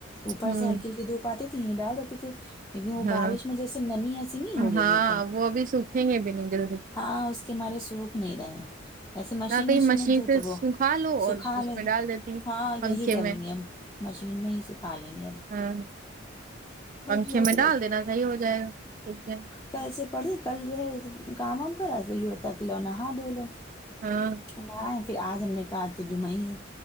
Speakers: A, on the left; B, on the right.
A: اوپر
B: ہوں
A: سے ہلکی ہلکی دھوپ آتیھی ہی ڈال دیتے تھے لیکن وہ
B: ہاں
A: بارش میں جیسے نمی ایسی نہیں ہو گئی
B: ہاں
A: ایک دم
B: وہ بھی سوکھے گے بھی نہیں جلدی
A: ہاں اس کے مارے سوکھ نہیں رہے ہے ایسے مشین
B: نہ کہیں
A: وشین میں دھو
B: سے
A: تو وہ
B: سکھا لو
A: سکھالی
B: اور جس میں ڈال دیتی
A: ہاں
B: پنکھے
A: یہی کریں
B: میں
A: گے اب مشین میں ہی سکھا لیں گے اب
B: ہاں
A: ہم
B: پنکھے
A: سوچ
B: میں
A: رہے
B: ڈال
A: تھے
B: دینا صحیح ہو جائے گا سوکھ جائے
A: کل سے پڑھی کل جو ہے کام وام کرا تو یہ ہوتا کی لاؤ نہا دھو لو
B: ہاں
A: نہ پھر آج ہم نے کہا تو جمعہ ہی ہے